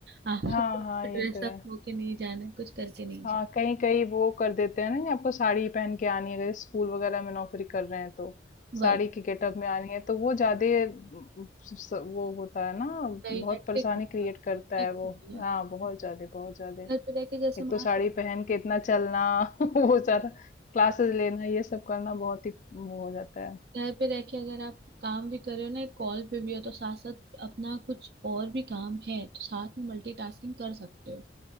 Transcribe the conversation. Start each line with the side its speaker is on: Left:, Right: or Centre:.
Right: आपको
Left: हाँ हाँ
Right: ड्रेस
Left: ये तो
Right: अप
Left: है
Right: होके नहीं जाना है कुछ करके नहीं जाना
Left: हाँ कहीं कहीं वो कर देते हैं ना कि आपको साड़ी ही पहन के आनी है अगर स्कूल वगैरह में नौकरी कर रहे हैं तो
Right: वही
Left: साड़ी की गेटअप में आनी है तो वो ज्यादा अम, स- वो होता है ना
Right: वही
Left: बहुत
Right: हेक्टिक
Left: परेशानी
Right: हो
Left: क्रिएट
Right: जाता
Left: करता
Right: है
Left: है
Right: हेक्टिक
Left: वो
Right: हो जाता
Left: हाँ बहुत
Right: है
Left: ज्यादा बहुत ज्यादा
Right: घर पे रह के जैसे
Left: एक
Right: मान
Left: तो साड़ी
Right: लो
Left: पहन के इतना चलना <laughs> वो सारा क्लासेस लेना ये सब करना बहुत ही वो हो जाता है
Right: घर पे रह के अगर आप काम भी कर रहे हो ना एक कॉल पे भी हो तो साथ साथ अपना कुछ और भी काम है तो साथ में मल्टीटास्किंग कर सकते हो